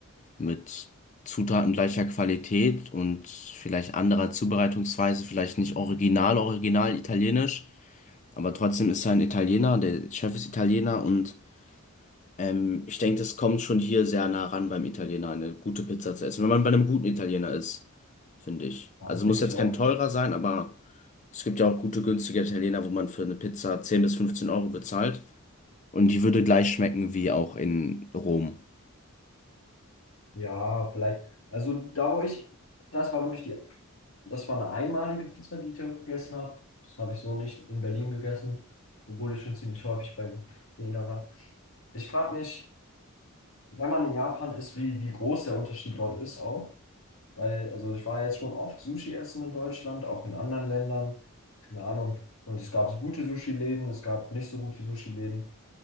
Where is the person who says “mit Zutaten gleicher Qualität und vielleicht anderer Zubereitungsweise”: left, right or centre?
Left